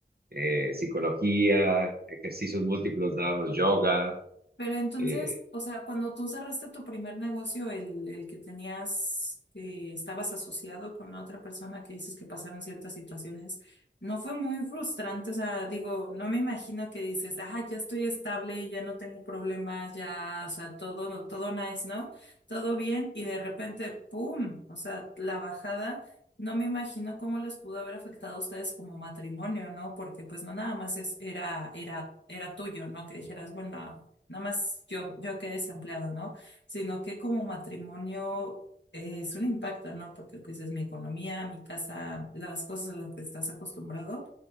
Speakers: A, on the right (about 55°); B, on the left (about 75°).
A: eh, psicología, ejercicios múltiplos, dábamos yoga.
B: Pero entonces,
A: eh.
B: o sea, cuando tú cerraste tu primer negocio, el, el que tenías, eh, estabas asociado con la otra persona que dices que pasaron ciertas situaciones, ¿no fue muy frustrante? O sea, digo, no me imagino que dices, ah, ya estoy estable, ya no tengo problemas, ya, o sea, todo, no, todo nice, ¿no? Todo bien, y de repente, ¡pum! O sea, la bajada. No me imagino cómo les pudo haber afectado a ustedes como matrimonio, ¿no? Porque pues no nada más es, era, era, era tuyo, ¿no? Que dijeras, bueno, nada más yo, yo quedé desempleado, ¿no? Sino que como matrimonio eh, es un impacto, ¿no? Porque pues es mi economía, mi casa, las cosas a las que estás acostumbrado,